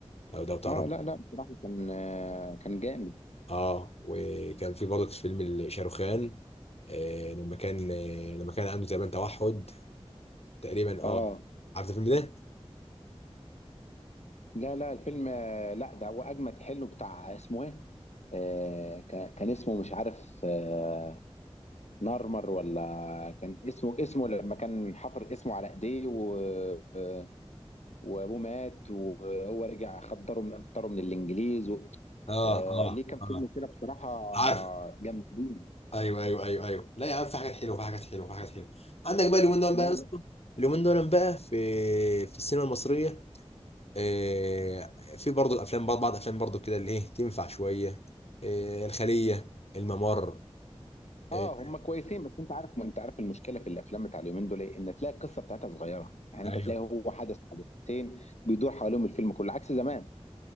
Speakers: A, on the left; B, on the left.
A: لو ده تعرف
B: اه لا لا بصراحه كان آه، كان جامد
A: اه وكان في برضه فيلم ال- شاروخان آه لما كان آه لما كان عنده تقريبا توحد تقريبا اه
B: اه
A: عارف الفيلم ده؟
B: لا لا الفيلم آه، لا ده هو اجمد حلو بتاع اسمه ايه آه، كان كان اسمه مش عارف آه، نارمر ولا كان اسمه اسمه لما كان حفر اسمه على ايديه و... آه، وابوه مات وهو رجع خدره خدره من الانجليز و...
A: اه
B: آه،
A: اه
B: ليه كان
A: اه
B: فيلم كده بصراحة
A: عارف
B: جامدين
A: ايوه ايوه ايوه ايوه لا يا عم في حاجات حلوه في حاجات حلوه في حاجات حلوه عندك بقى اليومين دول
B: لا
A: بقى يا اسطى
B: لا
A: اليومين دول بقى في في السينما المصريه آه، في برضه الافلام بعض بعض افلام برضه كده اللي ايه تنفع شويه آه، الخليه الممر آه،
B: اه هم كويسين بس انت عارف انت عارف المشكله في الافلام بتاع اليومين دول ايه؟ ان تلاقي القصه بتاعتها صغيره يعني
A: ايوه
B: انت تلاقي هو حدث حدثتين بيدور حواليهم الفيلم كله عكس زمان